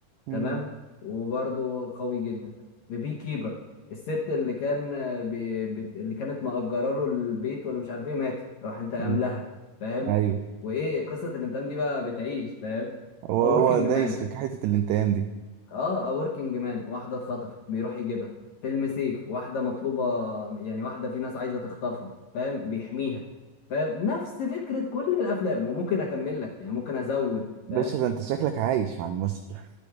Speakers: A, on the right; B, on the left.
A: مم.
B: تمام وبرده قوي جدا في بي كيبر الست اللي كان آه، بي بت اللي كانت مأجرة له البيت ولا مش عارف ايه ماتت راح انتقم
A: مم.
B: لها فاهم
A: ايوه
B: وايه قصة الانتقام دي بقى بتعيش فاهم
A: هو
B: A Working
A: هو دايس
B: Man
A: في حته الانتقام دي
B: اه A Working Man واحدة اتخطفت بيروح يجيبها فيلم سيف واحدة مطلوبة يعني واحدة في ناس عايزة تخطفها فاهم بيحميها فاهم نفس فكرة كل الأفلام وممكن أكمل لك يعني ممكن أزود
A: باشا
B: فاهم
A: ده انت شكلك عايش مع الممثل